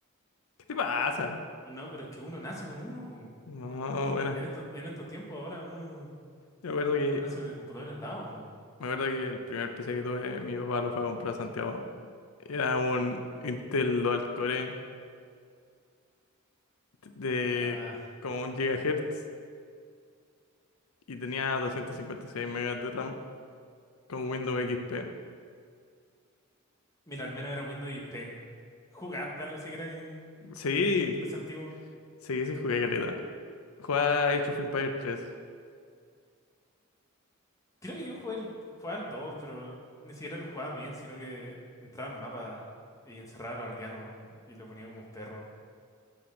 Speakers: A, on the left (about 85°); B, on the left (about 15°).
A: ¿Qué te pasa?
B: O no, pero es que uno nace con uno, pues.
A: No, bueno.
B: En estos, en estos tiempos ahora uno,
A: Yo me acuerdo que,
B: uno nace con el computador en el lado, pues.
A: me acuerdo que el primer PC que tuve, mi papá lo fue a comprar a Santiago. Era un Intel Dual Core de
B: Ah,
A: como un gigahertz y tenía 256 megas de RAM con Windows XP.
B: mira, al menos era Windows XP. ¿Jugaste algo siquiera en,
A: Sí,
B: en tu PC antiguo?
A: sí, sí jugué caleta. Jugaba Age of Empires 3.
B: Creo que yo jugué, el, jugaba al 2, pero ni siquiera lo jugaba bien, sino que entraba en mapa y encerraba a los aldeanos y lo ponía como perro.